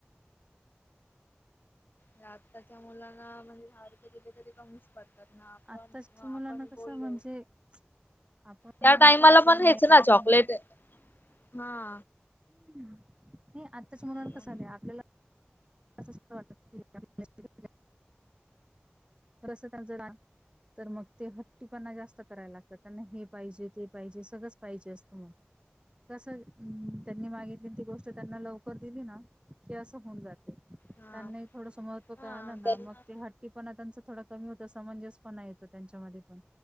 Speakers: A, on the left; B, on the right.
A: या आत्ताच्या मुलांना म्हणजे दहा रुपये दिले तरी कमीच पडतात ना आपण
B: आताच मुलांना
A: आपण
B: कसं
A: बोललो
B: म्हणजे आपण
A: त्या
B: म्हणतो
A: टाइमाला
B: आपल्याला
A: पण हेच
B: मिळालं
A: ना चॉकलेट
B: नाही
A: हा.
B: हम्म नाही आत्ताच्या मुलांना
A: हा
B: तसं आलय, आपल्याला अस सुद्धा वाटत की आपल्याला <unintelligible> अस त्यांचं ना तर मग ते हट्टीपणा जास्त करायला लागतात, त्यांना हे पाहिजे ते पाहिजे सगळंच पाहिजे असतं म कसं त्यांनी मागितली ती गोष्ट त्यांना लवकर दिली ना की असं होऊन जाते त्यांनाही
A: हा
B: थोडसं महत्त्व
A: हा
B: कळालं ना
A: त्यांना
B: मग ते हट्टी पणा त्यांच थोडा कमी होतो, समंजसपणा येतो त्यांच्यामध्ये पण